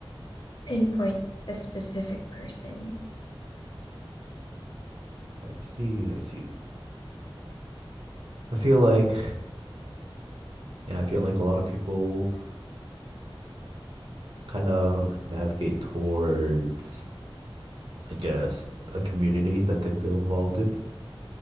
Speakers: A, on the left (about 50°); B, on the right (about 70°).
A: pinpoint a specific person.
B: I see, I see. I feel like yeah, I feel like a lot of people kind of navigate towards, I guess, a community that they feel involved in